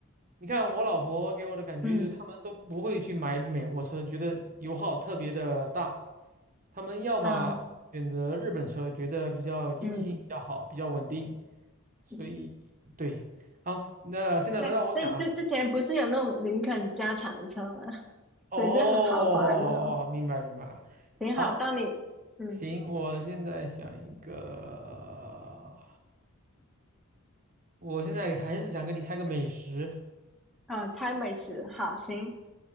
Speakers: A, on the right (about 35°); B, in the centre.
A: 你看我老婆给我的感觉就是，
B: 嗯
A: 他们都不会去买美国车，觉得油耗特别的大。他们要么选择日本车，
B: 啊，
A: 觉得比较经济性比较好，
B: 嗯
A: 比较稳定。所以，
B: 嗯，
A: 对，好，那现在轮到我讲了。
B: 对，在之之前不是有那种林肯加长车吗？<laughs>
A: 哦，
B: 对，
A: 哦哦哦明白明白了。
B: 就很豪华那种。行，
A: 好，
B: 好，到你，嗯，
A: 行，我现在想一个，我现在还是想跟你猜个美食。
B: 啊，猜美食，好，行，